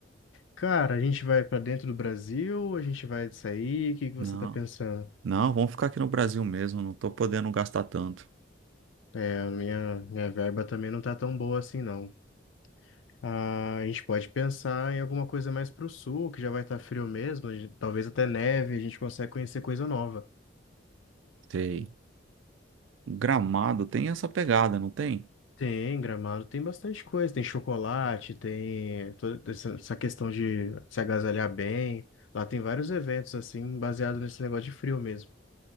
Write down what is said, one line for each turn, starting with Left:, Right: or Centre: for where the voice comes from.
Left: Cara, a gente vai para dentro do Brasil, a gente vai sair. O que que
Right: Não.
Left: você tá pensando?
Right: Não, vamos ficar aqui no Brasil mesmo, não tô podendo gastar tanto.
Left: É, a minha, minha verba também não tá tão boa assim, não. Ah, a gente pode pensar em alguma coisa mais pro sul, que já vai estar frio mesmo. a gente- Talvez até neve, a gente consegue conhecer coisa nova.
Right: Sei. Gramado tem essa pegada, não tem?
Left: Tem Gramado, tem bastante coisa. Tem chocolate, tem toda essa essa questão de se agasalhar bem. Lá tem vários eventos, assim, baseado nesse negócio de frio mesmo.